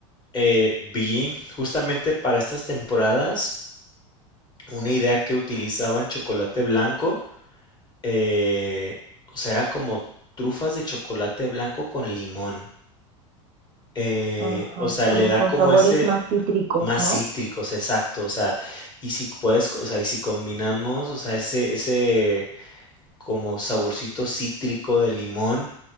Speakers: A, on the left (about 25°); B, on the right (about 45°).
A: eh, vi justamente para estas temporadas. una idea que utilizaban chocolate blanco, eh, o sea, eran como trufas de chocolate blanco con limón. eh,
B: Ajá,
A: o sea,
B: como
A: le da
B: con
A: como
B: sabores
A: ese
B: más cítricos,
A: más
B: ¿no?
A: cítrico, o sea, exacto. O sea, y si puedes, o sea, y si combinamos, o sea, ese, ese como saborcito cítrico de limón